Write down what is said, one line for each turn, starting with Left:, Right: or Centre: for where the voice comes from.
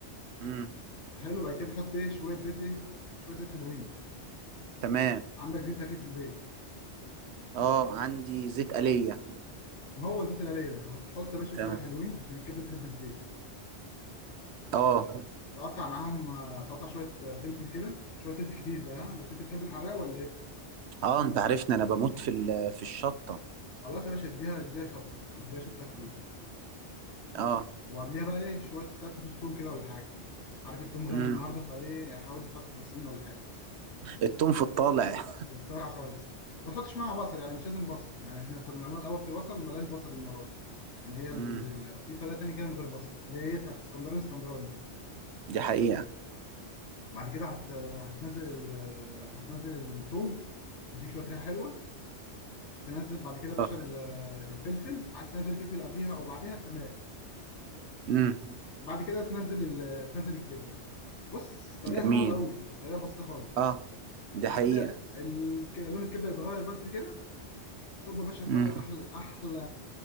Right: امم
Left: حلو بعد كده تحط ايه شويه زيت ايه شويه زيت حلوين
Right: تمام
Left: عندك زيت اكيد في البيت
Right: اه عندي زيت آلية
Left: ما هو زيت القليه ده هتحط يا باشا
Right: تمام
Left: شويه حلوين عشان الكبده تحب الزيت
Right: اه
Left: تقطع معاهم آه، تقطع شويه آه، فلفل كده شويه فلفل كتير بقى ها؟ بس انت تحب الحراق ولا ايه
Right: اه انت عارفني انا بموت في ال- في الشطة
Left: خلاص يا باشا اديها اديها شطه اديها شطه كتير
Right: اه
Left: وقبليها بقى ايه شويه تلات فصوص توم كده ولا حاجه عارف التوم غالي
Right: امم
Left: النهارده فايه حاول تحط فصين ولا حاجه
Right: التوم في الطالع
Left: تتطرع خالص ما تحطش معاها بصل يعني مش لازم بصل يعني احنا كنا بنعمله الاول في بصل ملاش بصل المره دي يعني هي ال...
Right: امم
Left: في طريقه تانية كده من غير بصل اللي هي إيه، بتاعت اسكندراني اسكندراني
Right: دي حقيقة
Left: بعد كده هت... هتنزل ال... هتنزل التوم تديك شويه ريحه حلوه تنزل بعد كده يا باشا
Right: اه
Left: ال- الفلفل عايز تنزل فلفل قبليها او بعديها تمام
Right: امم
Left: بعد كده تنزل ال... تنزل الكبده بص طريقه
Right: جميل
Left: سهله قوي طريقه بسيطه خالص
Right: اه دي
Left: هتلاقي
Right: حقيقة
Left: الك- لون الكبده يتغير بس كده صب يا باشا كلك
Right: امم
Left: احلى احلى